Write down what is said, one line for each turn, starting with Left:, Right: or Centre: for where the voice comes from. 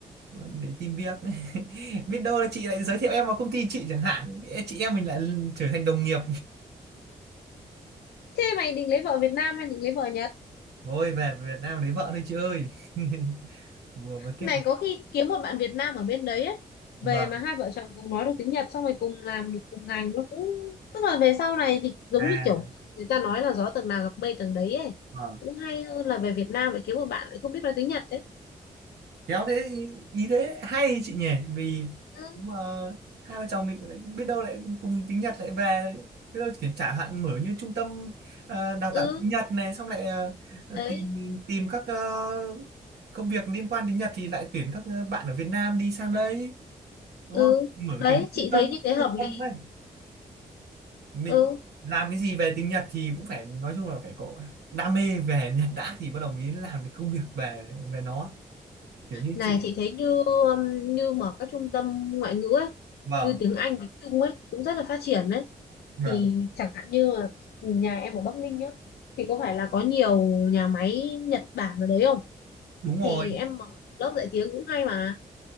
Right: để tìm việc <laughs> biết đâu
Left: Ừ.
Right: là chị lại giới thiệu em vào công ty chị chẳng hạn chị em mình lại trở thành đồng nghiệp
Left: Thế mày định lấy vợ Việt Nam hay định lấy vợ Nhật?
Right: thôi về Việt Nam lấy vợ thôi chị ơi <laughs> vừa mới kết
Left: Này
Right: hợp
Left: có khi kiếm một bạn Việt Nam ở bên đấy ấy. Về
Right: vâng
Left: mà hai vợ chồng cùng nói được tiếng Nhật xong rồi cùng làm được cùng ngành nó cũng tức là về sau này thì giống
Right: à
Left: như kiểu người ta nói là gió tầng nào gặp mây tầng đấy ấy.
Right: vâng
Left: Cũng hay hơn là về Việt Nam lại kiếm một bạn lại không biết nói tiếng Nhật đấy.
Right: khéo đấy ý, ý đấy hay chị nhỉ vì
Left: Ừ,
Right: mà hai vợ chồng định lại biết đâu lại cùng tiếng Nhật lại về biết đâu kiểu chẳng hạn mở như trung tâm ờ, đào
Left: ừ,
Right: tạo tiếng Nhật này xong lại ờ,
Left: đấy,
Right: tìm tìm các ờ, công việc liên quan đến Nhật thì lại tuyển các ờ, bạn ở Việt Nam đi sang đây đúng
Left: ừ.
Right: không mở
Left: Đấy,
Right: kiểu như
Left: chị
Right: trung tâm
Left: thấy như thế hợp
Right: trung
Left: lý.
Right: tâm ấy mình
Left: Ừ.
Right: làm cái gì về tiếng Nhật thì cũng phải nói chung là phải có đam mê về Nhật đã thì bắt đầu mới làm được công việc về về nó kiểu như
Left: Này
Right: chị
Left: chị thấy như um, như mở các trung tâm ngoại ngữ ấy,
Right: vâng
Left: như tiếng Anh, tiếng Trung ấy cũng rất là phát triển đấy.
Right: vâng
Left: Thì chẳng hạn như là nhà em ở Bắc Ninh nhá, thì có phải là có nhiều nhà máy Nhật Bản ở đấy không?
Right: đúng rồi
Left: Thì em mở lớp dạy tiếng cũng hay mà.